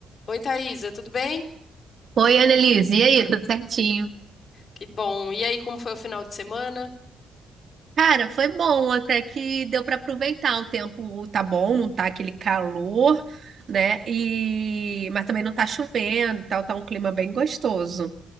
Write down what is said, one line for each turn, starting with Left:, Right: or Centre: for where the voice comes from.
Left: Oi, Thaisa, tudo bem?
Right: Oi, Annelise, e aí, tudo certinho?
Left: Que bom. E aí, como foi o final de semana?
Right: Cara, foi bom, até que deu para aproveitar. O tempo tá bom, não tá aquele calor, né? E... Mas também não tá chovendo e tal, tá um clima bem gostoso.